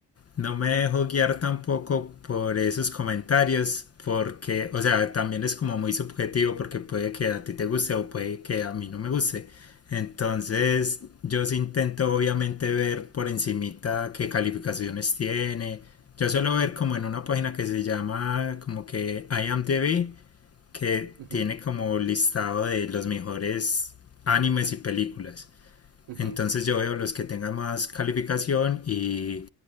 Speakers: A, on the left; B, on the right.
A: No me dejo guiar tampoco por esos comentarios, porque, o sea, también es como muy subjetivo, porque puede que a ti te guste o puede que a mí no me guste. Entonces, yo sí intento obviamente ver por encimita qué calificaciones tiene. Yo suelo ver como en una página que se llama como que IMDb, que
B: Uh -huh,
A: tiene como listado de los mejores animes y películas.
B: uh -huh.
A: Entonces yo veo los que tengan más calificación y